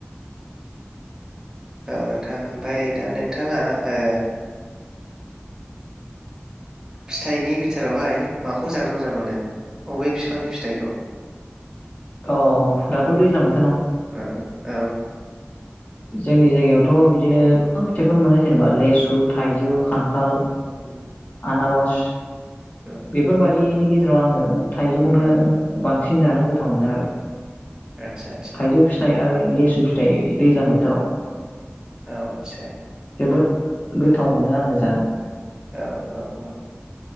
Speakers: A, on the right; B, on the left.
A: औ नोंथां ओमफ्राय दा नोंथाङा ओ फिथाइनि बिथोरावहाय माखौ जानो मोजां मोनो अबे फिफांनि फिथाइखौ
B: औ दाथ' दैज्लां बो
A: उम औ
B: जोंनि जायगायावथ' बिदिनो गोबां फिथाइफोर मोनो जेनेबा लेसु थाइजौ खान्थाल
A: <inaudible>
B: आनारस
A: उम
B: बेफोरबायदिनि गेजेराव आङो थाइजौखौनो
A: उम
B: बां सिन जानो गोथाव मोनो आरो
A: आतसा आतसा
B: थाइजौ फिथाइ आरो <inaudible> <inaudible>
A: औ आदसा
B: जोबोद गोथाव मोनो आङो जानो
A: औ औ औ